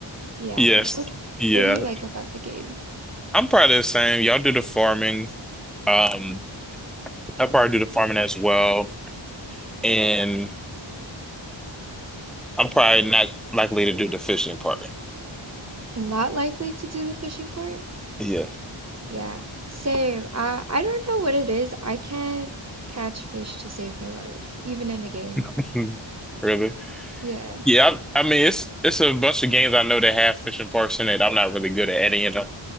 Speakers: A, on the right; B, in the centre.
A: Yeah.
B: Yes.
A: What
B: Yeah.
A: what do you like about the game?
B: I'm probably the same. Y'all do the farming. Um, I probably do the farming as well, and I'm probably not likely to do the fishing part.
A: Not likely to do the fishing part?
B: Yeah.
A: Yeah. Same. I I don't know what it is. I can't catch fish to save my life, even in a game.
B: <laughs> Really?
A: Yeah.
B: Yeah, I, I mean it's it's a bunch of games I know that have fishing parts in it. I'm not really good at any of them.